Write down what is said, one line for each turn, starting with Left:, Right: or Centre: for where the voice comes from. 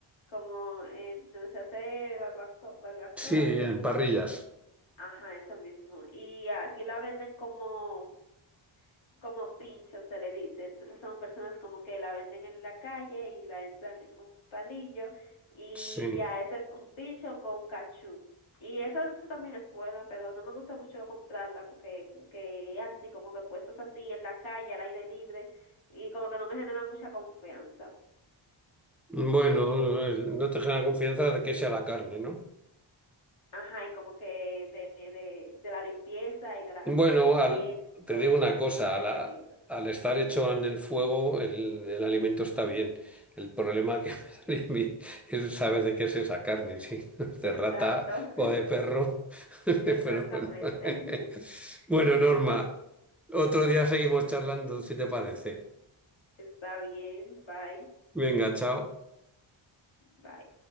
Left: Como el, donde se hace barbaco, barbacoa
Centre: Sí,
Left: y eso.
Centre: en parrillas.
Left: Ajá, eso mismo. Y aquí la venden como, como pincho, se le dice. Entonces son personas como que la venden en la calle y la entran en un palillo y
Centre: Sí.
Left: ya, ese es un pincho con cachú. Y eso, eso también es bueno, pero no me gusta mucho comprarla porque que así, como que puestos así en la calle, al aire libre, y como que no me genera mucha confianza.
Centre: Bueno, eh, no te genera confianza de que sea la carne, ¿no?
Left: Ajá, y como que de, de, de la limpieza y de la
Centre: Bueno,
Left: correcta higiene,
Centre: al-
Left: y
Centre: te
Left: todo,
Centre: digo una cosa,
Left: al aire
Centre: al, a-
Left: libre.
Centre: al estar hecho en el fuego, el, el alimento está bien. El problema que <laughs> me sale a mí es saber de qué es esa carne, si no es de
Left: Exacto.
Centre: rata o
Left: <laughs>
Centre: de perro. <laughs>
Left: Exactamente.
Centre: Pero bueno. <laughs>
Left: <laughs>
Centre: Bueno, Norma,
Left: Eso
Centre: otro día seguimos charlando, si te parece.
Left: está bien. Bye.
Centre: Venga, chao.
Left: Bye.